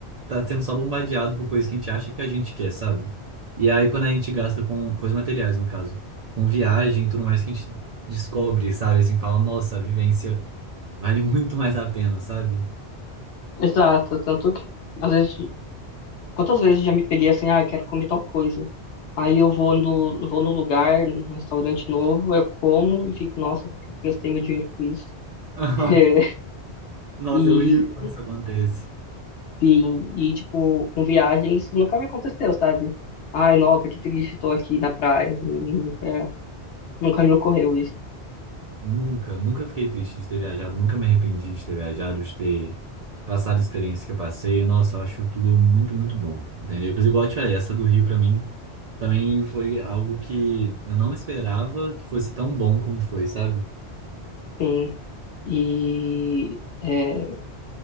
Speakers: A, on the right; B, on the left.
A: tá sendo só bombardeado por coisas que a gente acha que a gente quer, sabe? E aí quando a gente gasta com coisas materiais, no caso, com viagem e tudo mais, que a gente descobre, sabe? Assim, fala, nossa, a vivência vale <laughs> muito mais a pena, sabe?
B: Exato, tanto que às vezes, quantas vezes já me peguei assim, ah, eu quero comer tal coisa. Aí eu vou no, vou no lugar, num restaurante novo, eu como e fico, nossa, por que eu gastei meu dinheiro com isso.
A: <laughs>
B: <laughs>
A: Nossa,
B: E,
A: é horrível quando isso acontece.
B: e, e, tipo, com viagem isso nunca me aconteceu, sabe? Ai, nossa, que triste, tô aqui na praia. Nunca, nunca me ocorreu isso.
A: Nunca, nunca fiquei triste de ter viajado, nunca me arrependi de ter viajado, de ter passado a experiência que eu passei. Nossa, eu acho tudo muito, muito bom, entendeu? Mas igual eu te falei, essa do Rio pra mim também foi algo que eu não esperava que fosse tão bom como foi, sabe?
B: Sim. E é,